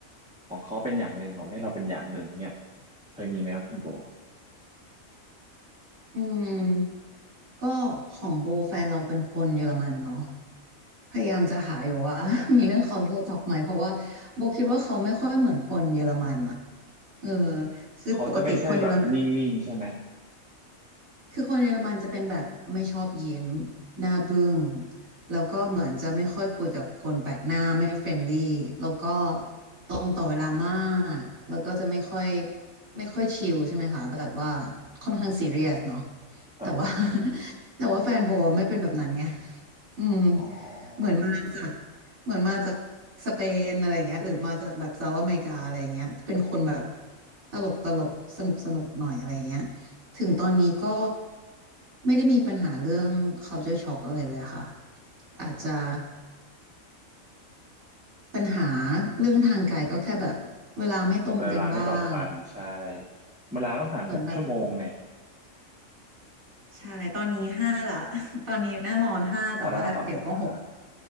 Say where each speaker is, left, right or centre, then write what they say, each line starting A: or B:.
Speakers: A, in the centre; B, on the right.
A: ของเขาเป็นอย่างหนึ่งของประเทศเราเป็นอย่างหนึ่งเนี่ยเคยมีไหมครับคุณโบ
B: อืมก็ของโบแฟนเราเป็นคนเยอรมันเนาะพยายามจะหาอยู่ว่า <laughs> มีเรื่องเขาจะจับไหมเพราะว่าโบคิดว่าเขาไม่ค่อยเหมือนคนเยอรมันอะเออคือปกติคนเยอรมัน
A: เขาจะไม่ใช่แบบนิ่งๆใช่ไหม
B: คือคนเยอรมันจะเป็นแบบไม่ชอบยิ้มหน้าบึ้งแล้วก็เหมือนจะไม่ค่อยคุยกับคนแปลกหน้าไม่เฟรนลี่แล้วก็ตรงต่อเวลามากแล้วก็จะไม่ค่อยไม่ค่อยชิลใช่ไหมคะแบบว่าค่อนข้างซีเรียสเนาะ
A: ครับ
B: แต่ว่า <laughs> แต่ว่าแฟนโบไม่เป็นแบบนั้นไงอืม
A: อ๋อ
B: เหมือนมาจากเหมือนมาจากสเปนอะไรอย่างเงี้ยหรือมาจากแบบเซาท์อเมริกาอะไรอย่างเงี้ยเป็นคนแบบตลกตลกสนุกสนุกหน่อยอะไรอย่างเงี้ย ถึงตอนนี้ก็ไม่ได้มีปัญหาเรื่อง culture shock อะไรเลยค่ะอาจจะปัญหาเรื่องทางกายก็แค่แบบเวลาไม่ตรงกันบ้าง
A: เวลาไม่ตรงกันใช่เวลาต้องหารหกชั่วโมงเนี่ย
B: เหมือนแบบใช่ตอนนี้ห้าละ <laughs> ตอนนี้หน้าร้อนห้าแต่ว่าเดี๋ยวก็หก
A: พอแล้วเราปรับเป็นห้า